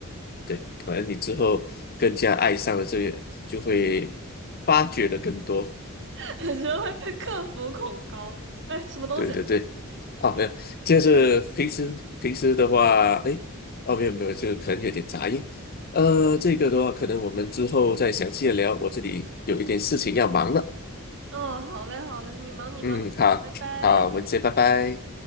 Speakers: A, on the left; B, on the right.
A: 对，可能你之后更加爱上了这个，就会发掘的更多。
B: <laughs> 感觉会克服恐高。哎，什么东西？
A: 对对对，哦没有，就是平时平时的话，
B: 什么声音？
A: 哎，哦，没有没有，就可能有点杂音。呃，这个的话，可能我们之后再详细的聊，我这里有一点事情要忙了。
B: 哦，好嘞，好嘞，你忙你忙，
A: 嗯，
B: 好，
A: 好，
B: 拜拜。
A: 好，我们先拜拜。